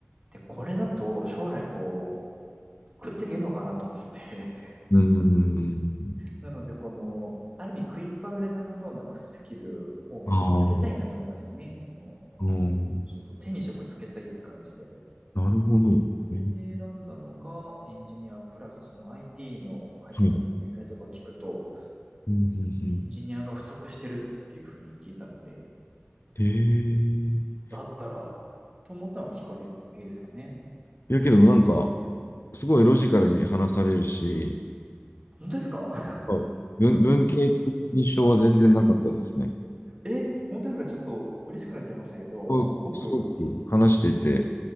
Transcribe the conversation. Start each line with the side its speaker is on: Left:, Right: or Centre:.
Right: で、これだと将来こう、食っていけんのかなと思って
Left: ーん。
Right: なので、この、ある意味食いっぱぐれなさそうなスキルを身につけたいなと思ったんですよね。
Left: ああ、
Right: その、
Left: うん。
Right: そうそう、手に職つけたいって感じで。
Left: なるほど。
Right: それで選んだのがエンジニア、
Left: え、
Right: プラスその IT の会社の詰め替えとか聞くと、
Left: はい。うん、うん、うん。
Right: エンジニアが不足してるっていうふうに聞いたので、
Left: ええ
Right: だったら、と思ったのがきっかけですかね。
Left: いやけど、なんか、すごいロジカルに話されるし、
Right: 本当ですか
Left: はい文、文系的印象は全然なかったですね。
Right: <laughs> え、本当ですかちょっと嬉しくなっちゃいましたけど、
Left: こうすごく話していて、
Right: あの、僕、